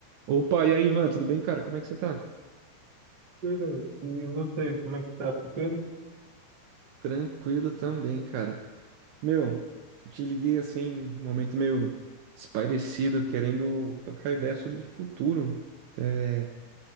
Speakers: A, on the right; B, on the right.
A: Opa, e aí, Ivan, tudo bem, cara? Como é que você tá?
B: Tranquilo. E você, como é que tá? Tranquilo?
A: Tranquilo também, cara. Meu, te liguei assim, num momento meio desparecido, querendo trocar ideia sobre futuro. É,